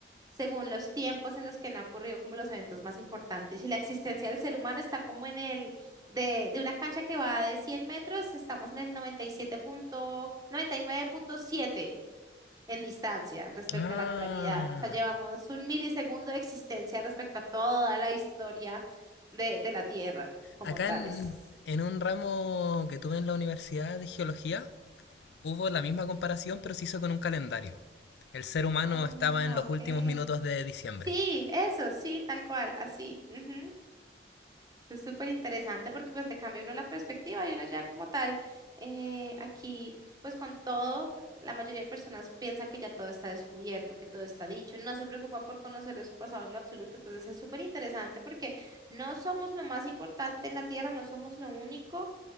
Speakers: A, on the right; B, on the left.
A: según los tiempos en los que han ocurrido como los eventos más importantes, y la existencia del ser humano está como en el, de, de una cancha que va de 100 metros, estamos en el 97 punto, noventa y nueve punto siete en distancia respecto
B: Ah,
A: a la actualidad. O sea, llevamos un milisegundo de existencia respecto a toda la historia de, de la Tierra como
B: acá
A: tales.
B: en, en un ramo que tuve en la universidad de geología, hubo la misma comparación, pero se hizo con un calendario. El ser humano
A: Ah,
B: estaba en los
A: ok.
B: últimos minutos de diciembre.
A: Sí, eso, sí, tal cual, así. ujú. Es súper interesante porque pues te cambia uno la perspectiva y uno ya como tal, eh, aquí pues con todo, la mayoría de personas piensan que ya todo está descubierto, que todo está dicho, no se preocupan por conocer de su pasado en lo absoluto, entonces es súper interesante porque no somos lo más importante en la Tierra, no somos lo único